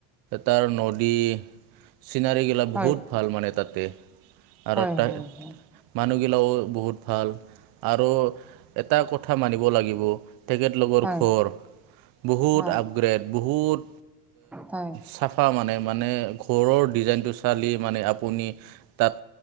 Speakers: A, on the right (about 65°); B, in the centre.
A: তাৰ নদী চিনাৰীগিলা
B: হয়
A: বহুত ভাল মানে তাতে আৰু
B: হয় হয়
A: ত
B: হয়
A: মানুহগিলাও বহুত ভাল আৰু এটা কথা মানিব লাগিব। তেখেত লগৰ
B: হয়
A: ঘৰ বহুত
B: হয়
A: আপগ্ৰেড বহুত
B: হয়
A: চাফা মানে মানে ঘৰৰ ডিজাইনটো চালি মানে আপুনি তাত